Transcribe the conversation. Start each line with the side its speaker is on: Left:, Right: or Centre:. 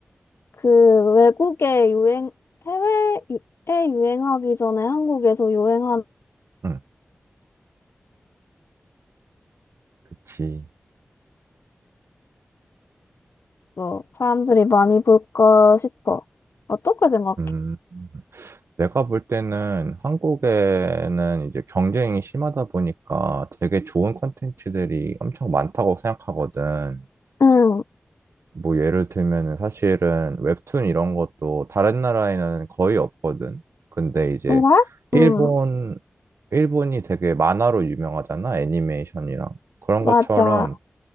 Left: 그 외국에 유행 해외에 유- 에 유행하기 전에 한국에서 유행하는
Right: 음 그치.
Left: 거 사람들이 많이 볼까 싶어. 어떻게 생각해?
Right: 음, 내가 볼 때는 한국에는 이제 경쟁이 심하다 보니까 되게 좋은 콘텐츠들이 엄청 많다고 생각하거든.
Left: 응,
Right: 뭐 예를 들면은 사실은 웹툰 이런 것도 다른 나라에는 거의 없거든. 근데 이제
Left: 그래?
Right: 일본,
Left: 응,
Right: 일본이 되게 만화로 유명하잖아. 애니메이션이랑. 그런
Left: 맞아.
Right: 것처럼